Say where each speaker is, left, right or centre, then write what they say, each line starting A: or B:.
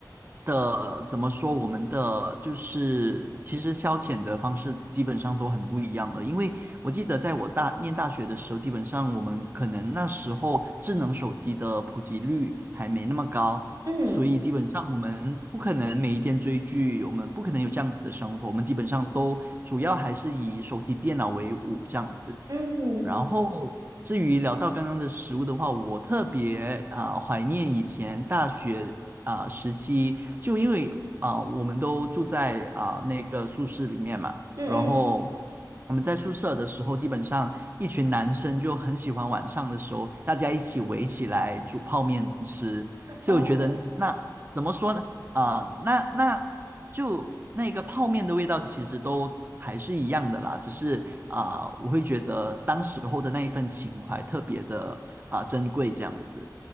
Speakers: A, on the right; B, on the right.
A: 的怎么说，我们的就是其实消遣的方式基本上都很不一样了，因为我记得在我大念大学的时候，基本上我们可能那时候智能手机的普及率还没那么高，
B: 嗯
A: 所以基本上我们不可能每一天追剧，我们不可能有这样子的生活，我们基本上都主要还是以手提电脑为伍这样子。
B: 嗯
A: 然后，至于聊到刚刚的食物的话，我特别啊、怀念以前大学啊、时期，就因为啊、我们都住在啊、那个宿舍里面嘛，
B: 嗯嗯，
A: 然后我们在宿舍的时候，基本上一群男生就很喜欢晚上的时候大家一起围起来煮泡面吃，所以我觉得那怎么说呢？
B: 哦，
A: 啊、那那就那个泡面的味道其实都还是一样的啦，只是啊、我会觉得当时候的那一份情怀特别的啊、珍贵这样子。